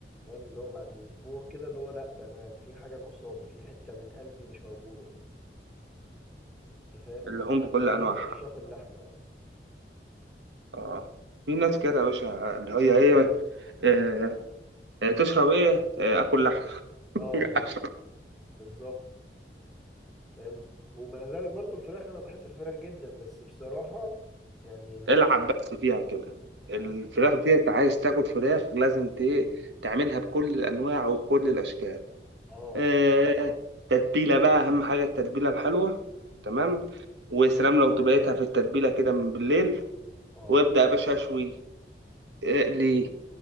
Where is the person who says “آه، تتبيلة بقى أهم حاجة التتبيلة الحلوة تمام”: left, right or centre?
Right